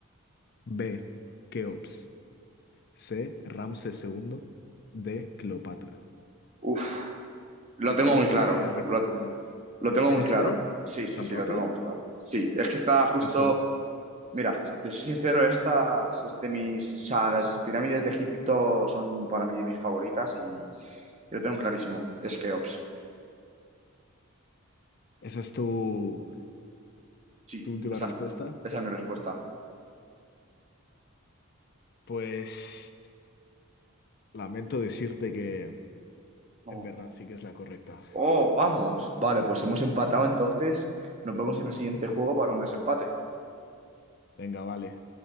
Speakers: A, on the left; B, on the right.
A: B. Keops. C. Ramsés segundo D. Cleopatra.
B: Uf. Lo
A: Si
B: tengo
A: quieres
B: muy claro.
A: que te repita,
B: Lo, lo tengo
A: ¿lo tienes
B: muy claro.
A: claro?
B: Sí, sí,
A: ¿Tan
B: sí,
A: rápido?
B: lo tengo muy claro. Sí, es que está justo
A: ¿Estás seguro?
B: Mira, te soy sincero, estas es de mis, o sea, las pirámides de Egipto son para mí de mis favoritas y yo tengo clarísimo, es Keops.
A: ¿Esa es tu,
B: Sí,
A: tu última
B: esa,
A: respuesta?
B: esa es mi respuesta.
A: Pues lamento decirte que
B: No.
A: en verdad sí que es la correcta.
B: Oh, vamos. Vale, pues hemos empatado entonces. Nos vemos en el siguiente juego para un desempate.
A: Venga, vale.